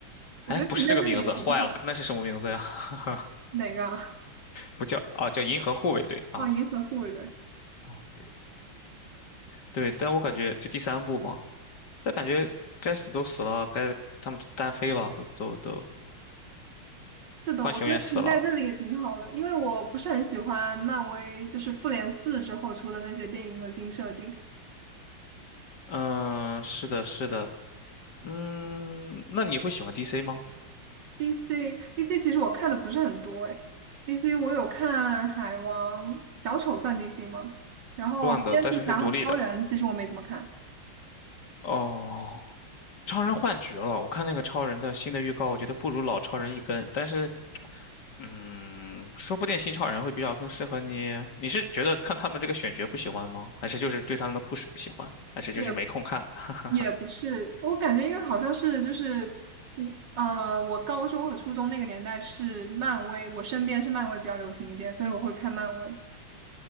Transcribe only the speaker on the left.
哎，
不是这个名字，坏了，那是什么名字呀？<laughs>
不叫啊，叫银河护卫队啊
啊，对对对，但我感觉就第三部嘛，这感觉该死都死了，该他们都单飞了，都都都
浣熊也死了，
嗯，是的，是的，嗯，那你会喜欢 DC 吗？
算的，但是是独立的，哦，超人换角了。我看那个超人的新的预告，我觉得不如老超人一根。但是，嗯，说不定新超人会比较更适合你。你是觉得看他们这个选角不喜欢吗？还是就是对他们的故事不喜欢？还是就是没空看？
<laughs>